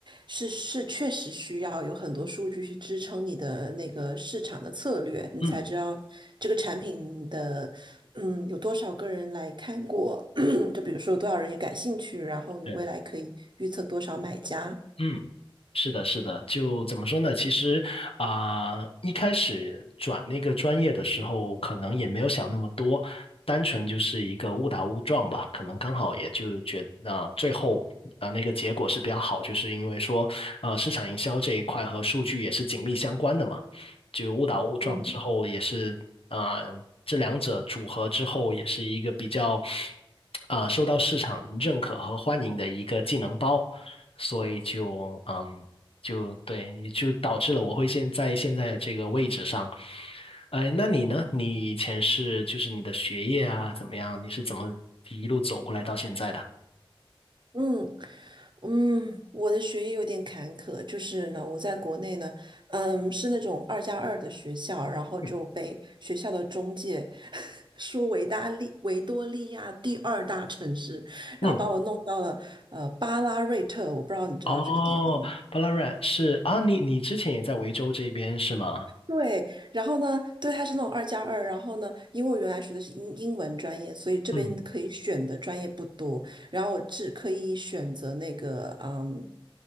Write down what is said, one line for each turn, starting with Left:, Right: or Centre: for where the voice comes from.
Right: 是是确实需要有很多数据去支撑你的那个市场的策略，你才知道这个产品的嗯有多少个人来看过，
Left: 嗯。
Right: <clears throat> 就比如说多少人也感兴趣，然后你未来可以预测多少买家。
Left: 对。嗯，是的，是的，就怎么说呢？其实啊、一开始转那个专业的时候，可能也没有想那么多，单纯就是一个误打误撞吧。可能刚好也就觉啊、最后啊、那个结果是比较好，就是因为说啊，市场营销这一块和数据也是紧密相关的嘛。就误打误撞之后，
Right: 嗯
Left: 也是啊、这两者组合之后，也是一个比较啊、受到市场认可和欢迎的一个技能包。所以就嗯，就对，就导致了我会现在现在的这个位置上。呃，那你呢？你以前是就是你的学业啊怎么样？你是怎么一路走过来到现在的？
Right: 嗯。嗯，我的学业有点坎坷，就是呢，我在国内呢，嗯，是那种二加二的学校，然后就被学校的中介
Left: 嗯
Right: <laughs> 说维大利维多利亚第二大城市，
Left: 嗯，
Right: 然后把我弄到了呃巴拉瑞特，我不知道你知道这个地方吗？
Left: 哦，巴拉瑞是啊，你你之前也在维州这边是吗？
Right: 对，然后呢，对，它是那种二加二，然后呢，因为我原来学的是英英文专业，所以这边可以选的专业不多，
Left: 嗯
Right: 然后我只可以选择那个，嗯，